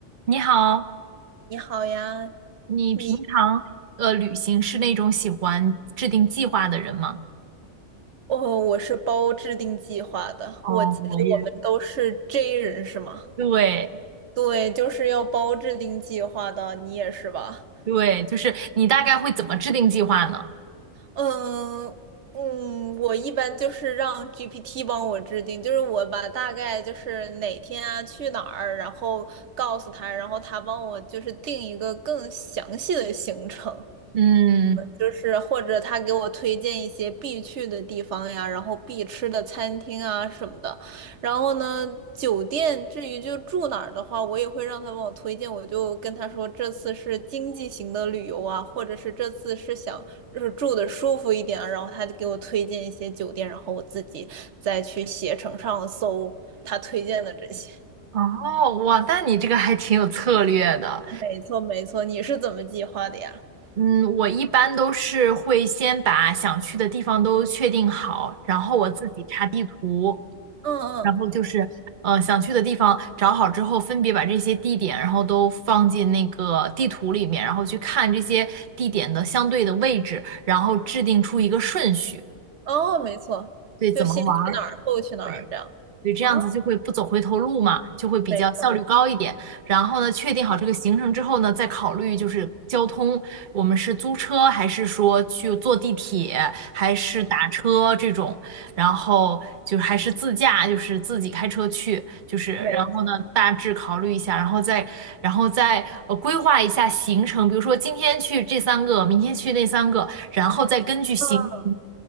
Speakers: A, on the right (about 45°); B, on the right (about 65°).
A: 你好，
B: 你好呀，
A: 你平常呃旅行是那种喜欢制定计划的人吗？
B: 你哦，我是包制定计划的。
A: 哦，
B: 我记得我们都是
A: 我也是
B: J 人是吗？
A: 对
B: 对，就是要包制定计划的，你也是吧？
A: 对，就是你大概会怎么制定计划呢？
B: 嗯嗯，我一般就是让 GPT 帮我制定，就是我把大概就是哪天啊去哪儿，然后告诉他，然后他帮我就是定一个更详细的行程。
A: 嗯，
B: 就是或者他给我推荐一些必去的地方呀，然后必吃的餐厅啊什么的。然后呢，酒店至于就住哪儿的话，我也会让他帮我推荐。我就跟他说，这次是经济型的旅游啊，或者是这次是想就是住的舒服一点啊然后他就给我推荐一些酒店，然后我自己再去携程上搜他推荐的这些。<laughs>
A: 哦，哇，那你这个还挺有策略的。
B: 没错，没错，你是怎么计划的呀？
A: 嗯，我一般都是会先把想去的地方都确定好，然后我自己查地图，
B: 嗯嗯，
A: 然后就是，呃，想去的地方找好之后，分别把这些地点，然后都放进那个地图里面，然后去看这些地点的相对的位置，然后制定出一个顺序，
B: 哦，没错，
A: 对，
B: 就先去哪儿，
A: 怎么玩儿，
B: 后去哪儿这样。
A: 对。对，这样子就会不走回头路嘛，
B: 啊。
A: 就会比较效率高一点。
B: 没错，没错，
A: 然后呢，确定好这个行程之后呢，再考虑就是交通，我们是租车还是说去坐地铁，还是打车这种，然后就还是自驾，就是自己开车去，就是然后呢，
B: 没错，
A: 大致考虑一下，然后再然后再呃规划一下行程，比如说今天去这三个，明天去那三个，然后再根据行程
B: 嗯，